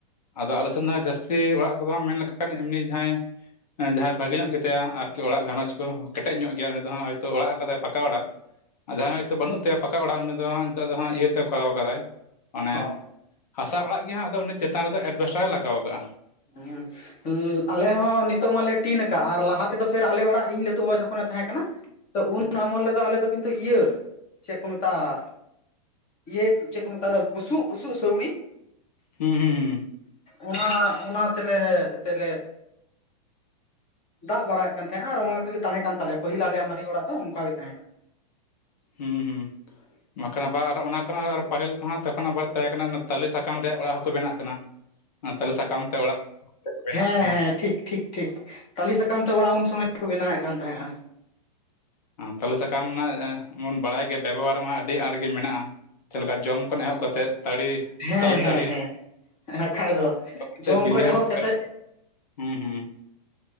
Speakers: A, on the left; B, on the left.
A: ᱟᱫᱚ ᱟᱞᱮ ᱥᱮᱱ ᱫᱚ ᱦᱟᱸᱜ ᱡᱟᱹᱥᱛᱤ ᱚᱲᱟᱜ ᱠᱚᱫᱚ ᱢᱮᱱ ᱞᱮᱠᱷᱟᱱ ᱮᱢᱱᱤ ᱡᱟᱦᱟᱭ ᱡᱟᱦᱟᱭ ᱵᱷᱟᱜᱮ ᱧᱚᱜ ᱜᱮ ᱛᱮᱭᱟ ᱟᱨᱠᱤ ᱚᱲᱟᱜ ᱜᱷᱟᱨᱚᱸᱡᱽ ᱠᱚ ᱠᱮᱴᱮᱡ ᱧᱚᱜ ᱜᱮᱭᱟ ᱩᱱᱤ ᱫᱚᱦ ᱦᱚᱭᱛᱳ ᱚᱲᱟᱜ ᱟᱠᱟᱫᱟᱭ ᱯᱟᱠᱟ ᱚᱲᱟᱜ ᱾ ᱟᱨ ᱡᱟᱦᱟᱸᱭ ᱦᱚᱳᱭᱛᱳ ᱵᱟᱹᱱᱩᱜ ᱛᱟᱭᱟ ᱯᱟᱠᱟ ᱚᱲᱟᱜ ᱩᱱᱤ ᱫᱚ ᱦᱟᱸᱜ ᱱᱤᱛᱚᱜ ᱫᱚ ᱦᱟᱸᱜ ᱤᱭᱟᱹ ᱛᱮ ᱠᱚᱨᱟᱣ ᱠᱟᱫᱟᱭ ᱢᱟᱱᱮ
B: ᱦᱚᱸ
A: ᱦᱟᱥᱟ ᱚᱲᱟᱜ ᱜᱮ ᱦᱟᱸᱜ, ᱟᱫᱚ ᱩᱱᱤ ᱪᱮᱛᱟᱱ ᱨᱮᱫᱚ ᱮᱥᱵᱮᱥᱴᱟᱨ ᱮ ᱞᱟᱜᱟᱣ ᱠᱟᱜᱼᱟ ᱾
B: <inaudible> ᱦᱩᱸ ᱦᱩᱸ ᱟᱞᱮ ᱦᱚᱸ ᱱᱤᱛᱚᱜ ᱢᱟᱞᱮ ᱴᱤᱱ ᱟᱠᱟᱫ ᱟᱨ ᱞᱟᱦᱟ ᱛᱮᱫᱚ ᱯᱷᱮᱨ ᱟᱞᱮ ᱚᱲᱟᱜ ᱤᱧ ᱞᱟᱹᱴᱩ ᱵᱟᱵᱟ ᱡᱚᱠᱷᱚᱱᱮ ᱛᱟᱦᱮᱸ ᱠᱟᱱᱟ ᱛᱚ ᱩᱱ ᱟᱢᱚᱞ ᱨᱮᱫᱚ ᱟᱞᱮ ᱫᱚ ᱠᱤᱱᱛᱩ ᱤᱭᱟᱹ ᱪᱮᱫ ᱠᱚ ᱢᱮᱛᱟᱜᱼᱟ? ᱤᱭᱟᱹ ᱪᱮᱫ ᱠᱚ ᱢᱮᱛᱟ ᱵᱩᱥᱩᱜ ᱵᱩᱥᱩᱜ ᱥᱟᱹᱣᱲᱤ ᱾
A: ᱦᱩᱸ ᱦᱩᱸ ᱦᱩᱸ ᱾
B: ᱚᱱᱟ ᱚᱱᱟ ᱛᱮᱞᱮ, ᱛᱮᱞᱮ ᱫᱟᱜ ᱵᱟᱲᱟᱭᱮᱫ ᱠᱟᱱ ᱛᱟᱦᱮᱜᱼᱟ ᱟᱨ ᱚᱱᱟ ᱠᱚᱨᱮ ᱜᱮ ᱛᱟᱦᱮᱸ ᱠᱟᱱ ᱛᱟᱞᱮᱭᱟ ᱯᱟᱹᱦᱤᱞ ᱟᱞᱮ ᱢᱟᱨᱮ ᱚᱲᱟᱜ ᱫᱚ ᱚᱱᱠᱟ ᱜᱮ ᱛᱟᱦᱮᱸ ᱠᱟᱱᱟ ᱾
A: ᱦᱮᱸ ᱦᱩᱸ ᱾ ᱵᱟᱠᱷᱟᱱ ᱟᱵᱟᱨ ᱟᱨ ᱚᱱᱟ ᱠᱷᱚᱱᱟᱜ ᱟᱨ ᱯᱟᱹᱦᱤᱞ ᱢᱟ ᱦᱟᱸᱜ ᱛᱚᱠᱷᱚᱱ ᱟᱵᱟᱨ ᱛᱟᱦᱮᱸ ᱠᱟᱱᱟ ᱟᱱᱟ ᱛᱟᱹᱞᱮ ᱥᱟᱠᱟᱢ ᱨᱮᱭᱟᱜ ᱚᱲᱟᱜ ᱦᱚᱸᱠᱚ ᱵᱮᱱᱟᱣᱮᱜ ᱛᱟᱦᱮᱱᱟ ᱾ ᱛᱟᱞᱮ ᱥᱟᱠᱟᱢ ᱛᱮ ᱚᱲᱟᱜ <unintelligible> ᱵᱮᱱᱟᱣᱮᱜ
B: ᱦᱮᱸ
A: ᱛᱟᱦᱮᱱᱟ
B: ᱦᱮᱸ
A: ᱾
B: ᱴᱷᱤᱠ ᱴᱷᱤᱠ ᱴᱷᱤᱠ ᱛᱟᱞᱮ ᱥᱟᱠᱟᱢ ᱛᱮ ᱚᱲᱟᱜ ᱩᱱ ᱥᱚᱢᱚᱭ ᱨᱮᱠᱚ ᱵᱮᱱᱟᱣᱮᱫ ᱠᱟᱱ ᱛᱟᱦᱮᱸᱜᱼᱟ ᱾
A: ᱛᱟᱞᱮ ᱥᱟᱠᱟᱢ ᱢᱟ ᱵᱚᱱ ᱵᱟᱲᱟᱭ ᱜᱮᱭᱟ ᱵᱮᱵᱚᱦᱟᱨ ᱢᱟ ᱟᱹᱰᱤ ᱟᱸᱴ ᱜᱮ ᱢᱮᱱᱟᱜᱼᱟ ᱾ ᱪᱮᱫ ᱞᱮᱠᱟ ᱡᱚᱢ ᱠᱷᱚᱱ ᱮᱦᱚᱵ ᱠᱟᱛᱮᱫ ᱛᱟᱲᱤ
B: ᱦᱮᱸ
A: ᱛᱟᱞᱮ
B: ᱦᱮᱸ
A: ᱛᱟᱲᱤ
B: ᱦᱮᱸ, ᱟᱠᱷᱟᱡ ᱫᱚ
A: ᱠᱟᱛᱮᱫ
B: ᱡᱚᱢ
A: ᱵᱤᱞᱤ
B: ᱠᱷᱚᱡ
A: ᱦᱚᱸᱵᱚᱱ
B: ᱮᱦᱚᱜ ᱠᱟᱛᱮᱫ
A: ᱡᱚᱢ ᱦᱩᱸ ᱦᱩᱸ ᱾